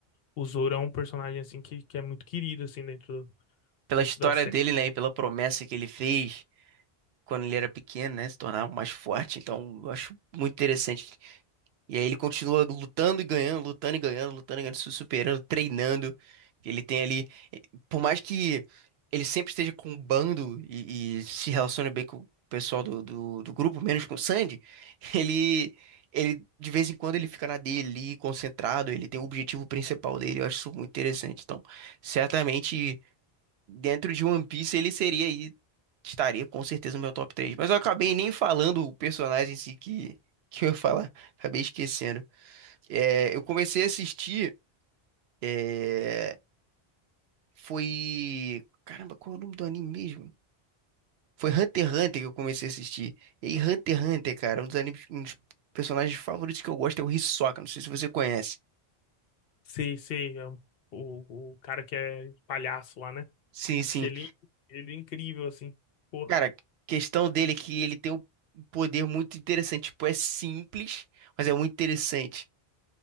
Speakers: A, on the left; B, on the right.
A: o Zoro é um personagem, assim, que, que é muito querido, assim, dentro,
B: Pela
A: dentro
B: história
A: da série.
B: dele, né, e pela promessa que ele fez quando ele era pequeno, né, se tornava mais forte. Então, eu acho muito interessante E aí ele continua lutando e ganhando, lutando e ganhando, lutando e ganhando, se superando, treinando. Ele tem ali, por mais que ele sempre esteja com o bando e, e se relacione bem com o pessoal do, do, do grupo, menos com o Sandy, <laughs> ele, ele de vez em quando ele fica na dele ali, concentrado, ele tem o objetivo principal dele, eu acho isso muito interessante. Então, certamente, dentro de One Piece, ele seria aí, estaria com certeza no meu top 3. Mas eu acabei nem falando o personagem em si que, que eu ia falar, acabei esquecendo. É, eu comecei a assistir. é, foi. Caramba, qual é o nome do anime mesmo? Foi Hunter x Hunter que eu comecei a assistir. E aí, Hunter x Hunter, cara, um dos animes, um dos personagens favoritos que eu gosto é o Hisoka. Não sei se você conhece.
A: Sei, sei, é um- o, o cara que é palhaço lá, né?
B: Sim, sim.
A: Achei ele, ele incrível, assim. Pô,
B: Cara, questão dele é que ele tem um poder muito interessante. Tipo, é simples, mas é muito interessante.